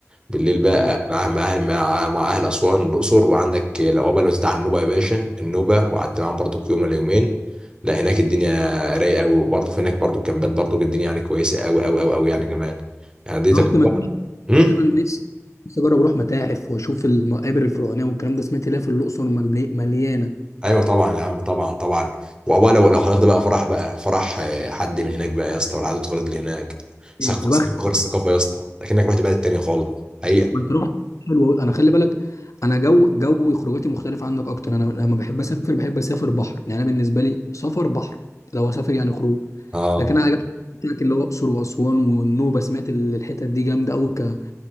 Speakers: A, on the right (about 15°); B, on the left (about 70°).
A: بالليل بقى
B: مم.
A: مع مع اهل مع, مع اهل اسوان والاقصر وعندك العقبه لو بتاع النوبه يا باشا النوبه وقعدت معاهم برضو يوم ولا يومين لا هناك الدنيا رايقه قوي وبرضو في هناك برضو الكامبات برضو الدنيا يعني كويسه قوي قوي قوي قوي يعني كمان يعني دي
B: آه.
A: تجربه
B: رحت مكان
A: امم
B: انا نفسي نفسي اجرب اروح متاحف واشوف المقابر الفرعونيه والكلام ده سمعت ليها في الاقصر ملي- مليانه
A: ايوه طبعا يا عم طبعا طبعا وعقبال لو لو حضرت بقى فرح بقى فرح آه، حد من هناك بقى يا اسطى والعادات والتقاليد اللي هناك
B: إيه،
A: ثقافه
B: يا بخت
A: ثقافة غير الثقافه يا اسطى لكنك رحت بلد تانيه خالص حقيقه
B: انت رحت حلو أوي. انا خلي بالك انا جو جو خروجاتي مختلفه عنك اكتر انا لما بحب اسافر بحب اسافر بحر يعني انا بالنسبه لي سفر بحر لو اسافر يعني خروج
A: اه
B: لكن انا عجبني بتاعك اللي هو الاقصر واسوان والنوبه سمعت ال- الحتت دي جامده قوي ك...